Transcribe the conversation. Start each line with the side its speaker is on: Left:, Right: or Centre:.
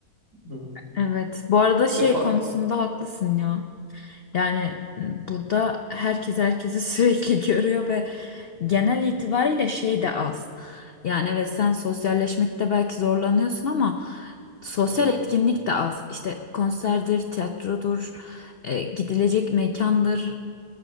Right: Hı.
Left: Evet bu arada
Right: İşte
Left: şey
Right: fa
Left: konusunda haklısın ya. Yani burada herkes herkesi <laughs> sürekli görüyor ve genel itibariyle şey de az. Yani evet sen sosyalleşmekte belki zorlanıyorsun ama sosyal
Right: evet.
Left: etkinlik de az. İşte konserdir, tiyatrodur, e, gidilecek mekandır.